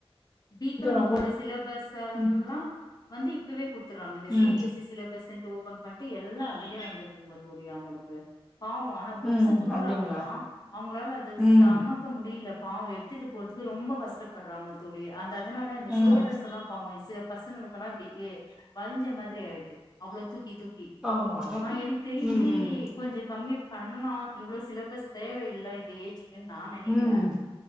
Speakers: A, on the left; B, in the centre.
A: பி காம்
B: ரொம்ப
A: க்கு வர சிலபஸ் எல்லாம்
B: ம்
A: வந்து இப்பவே குடுத்துடுறாங்க இந்த
B: ம்
A: சிபிஎஸ்இ சிலபஸ் ஓப்பன் பண் டுஎல்லாம் இதிலியே வந்துடுதுங்க தோழி அவுங்களுக்கு ஆ ஆனா புக்ஸ்ஸு
B: ம்
A: கொடுக்குறாங்கன்னா
B: அப்டிங்களா
A: அவுங்களால அது
B: ம்
A: சமக்க முடியல பாவ எடுத்துட்டு போறதுக்கு ரொம்ப கஷ்டப்படுறாங்க தோழி அந்த அதனால அந்த ஷோல்டர்ஸ்
B: ம்
A: எல்லா பாவொ சில பசங்களுக்கெல்லா இப்பிடி ஏ வழுஞ்ச மாதிரி ஆயிடுது அவ்ளோ தூக்கி தூக்கி கி
B: ஆமா
A: ஆஹ் எனக்கு தெரிஞ்சு
B: ம் ம்
A: கொஞ்ச கம்மி பண்ணலா இவ்ளோ சிலபஸ் தேவையில்ல இந்த ஏஜி நான் நினைக்கிறே
B: ம்